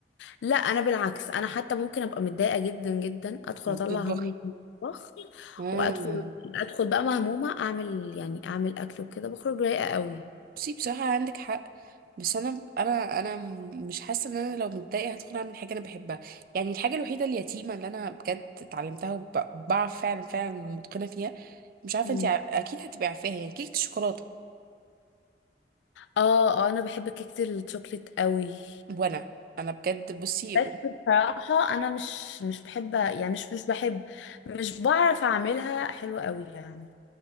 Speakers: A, on the left; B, on the right.
A: لا انا بالعكس انا حتى ممكن ابقى متضايقه جدا جدا ادخل
B: وبتطبخي
A: اطلع همي في المطبخ
B: امم
A: وادخل ادخل بقى مهمومه اعمل يعني اعمل اكل وكده بخرج رايقه قوي
B: بصي بصراحه عندك حق بس انا انا انا م- مش حاسه ان انا لو متضايقه هدخل اعمل حاجه انا بحبها يعني الحاجه الوحيده اليتيمه اللي انا بجد اتعلمتها وبعرف فعلا فعلا ومتقنه فيها مش عارفه
A: مم.
B: انت اكيد هتبقى عارفاها يعني كيكه الشوكولاته
A: اه اه انا بحب كيكه الشوكليت قوي
B: وانا انا بجد بصي
A: بس بصراحه انا مش مش بحب يعني مش مش بحب مش بعرف اعملها حلوه قوي يعني